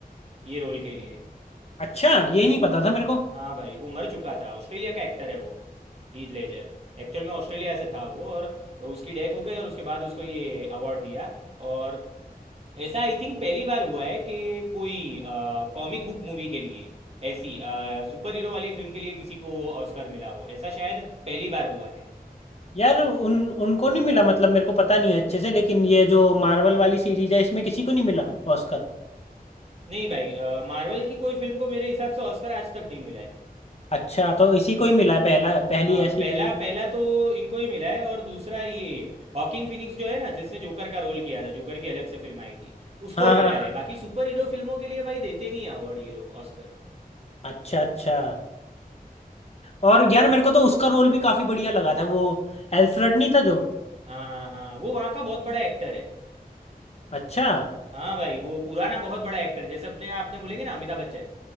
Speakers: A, on the right; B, on the left.
A: ये रोल के लिए
B: अच्छा ये नहीं पता था मेरे को
A: हाँ भाई वो मर चुका था ऑस्ट्रेलिया का एक्टर है वो हीथ लेजर एक्चुअल में ऑस्ट्रेलिया से था वो और उसकी डेथ हो गई और उसके बाद उसको ये अवार्ड दिया और ऐसा आई थिंक पहली बार हुआ है कि कोई कॉमिक बुक मूवी के लिए ऐसी सुपर हीरो वाली फिल्म के लिए किसी को ऑस्कर मिला हो ऐसा शायद पहली बार हुआ है
B: यार उन उनको नहीं मिला मतलब मेरे को पता नहीं है अच्छे से लेकिन ये जो मार्वल वाली सीरीज है इसमें किसी को नहीं मिला ऑस्कर
A: नहीं भाई मार्वल की कोई फिल्म को मेरे हिसाब से ऑस्कर आज तक नहीं मिला है
B: अच्छा तो इसी को ही मिला है पहला पहली
A: हाँ
B: ऐसी
A: पहला
B: मूवी
A: पहला तो इनको ही मिला है और दूसरा ये हॉकिन फिनिक्स जो है ना जिसने जोकर का रोल किया था जोकर की अलग से फिल्म आई थी उसको
B: हाँ
A: मिला
B: हाँ हाँ
A: है बाकी सुपर हीरो फिल्मों के लिए भाई देते नहीं अवार्ड ये लोग ऑस्कर
B: अच्छा अच्छा और यार मेरे को तो उसका रोल भी काफी बढ़िया लगा था वो एल्फ्रेड नहीं था जो
A: हाँ हाँ वो वहाँ का बहुत बड़ा एक्टर है
B: अच्छा
A: हाँ भाई वो पुराना बहुत बड़ा एक्टर जैसे अपने आपने बोलेंगे ना अमिताभ बच्चन